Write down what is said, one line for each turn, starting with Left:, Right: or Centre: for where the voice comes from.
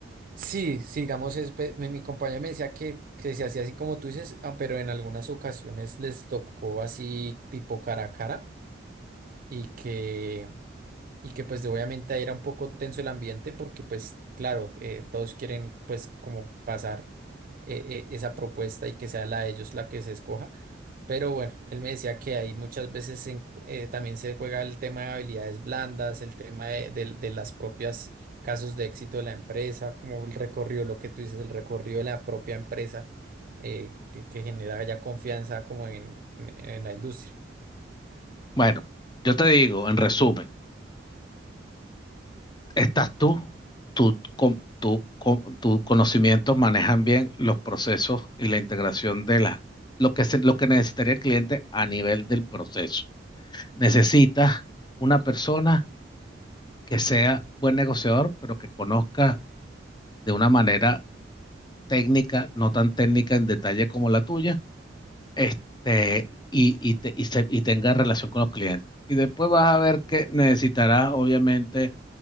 Right: sí, sí, digamos, es, pe- mi, mi compañero me decía que, que se hacía así como tú dices, ah, pero en algunas ocasiones les tocó así tipo cara a cara y que... y que pues obviamente ahí era un poco tenso el ambiente porque pues claro, eh, todos quieren pues como pasar eh, eh, esa propuesta y que sea la de ellos la que se escoja. Pero bueno, él me decía que ahí muchas veces en- eh, también se juega el tema de habilidades blandas, el tema de, de- de las propias casos de éxito de la empresa, como el recorrido, lo que tú dices, el recorrido de la propia empresa eh, que, que genera ya confianza como en en- en la industria.
Left: Bueno, yo te digo, en resumen, estás tú, tú con, tú con- tus conocimientos manejan bien los procesos y la integración de las, lo que se- lo que necesitaría el cliente a nivel del proceso. Necesitas una persona que sea buen negociador, pero que conozca de una manera técnica, no tan técnica en detalle como la tuya, este, y, y, te- y se- y tenga relación con los clientes. Y después vas a ver que necesitarás, obviamente,